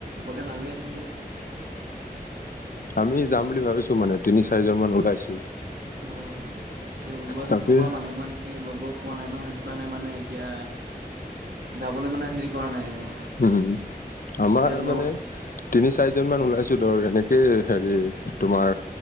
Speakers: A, on the right; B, on the left.
A: গ'লে ভালে আছিলে
B: <inaudible> আমি যাম বুলি ভাবিছো মানে তিনি চাৰিজন মান ওলাইছো।
A: অ তাকে ওলোৱা
B: তাকে
A: যদি ক'বা মানে মই এনেকে লগৰ পোৱা নাই ন সেইটো কাৰণে মানে এতিয়া যাবলৈ মানে হেৰি কৰা নাই আৰু
B: উম আমাৰ
A: কেতিয়া লগ
B: মানে তিনি চাৰিজন মান ওলাইছো ধৰ এনেকেই হেৰি তোমাৰ